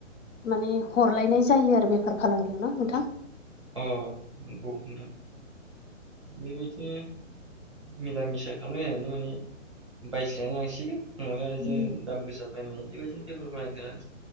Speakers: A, on the left; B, on the right.
A: माने हरलायनाय जायो आरो बेफार फालांगियाव ना नोंथां
B: अ नंगौ नोंथां। बेबायदिनो मिला मिसा खालामलायनानै माने बायस्लायना लांसिगोन नङा बिदिनो
A: नंगौ
B: दाम गोसा ओनै बेबायदिनो बेफार फालांगि खालामो।